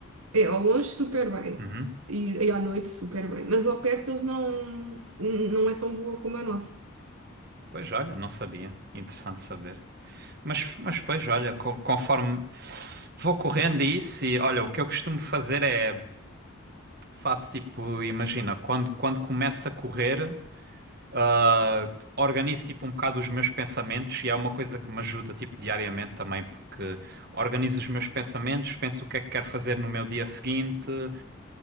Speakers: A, on the right (about 80°); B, on the right (about 45°).
A: É, ao longe super bem.
B: Uhum.
A: E, e à noite super bem. Mas ao perto eles não, não é tão boa como a nossa.
B: Pois olha, não sabia. Interessante saber. Mas, mas pois olha, co- conforme vou correndo a isso e olha, o que eu costumo fazer é faço tipo, imagina, quando, quando começo a correr. Uh, organizo tipo um bocado os meus pensamentos e é uma coisa que me ajuda tipo diariamente também porque organizo os meus pensamentos, penso o que é que quero fazer no meu dia seguinte, uh,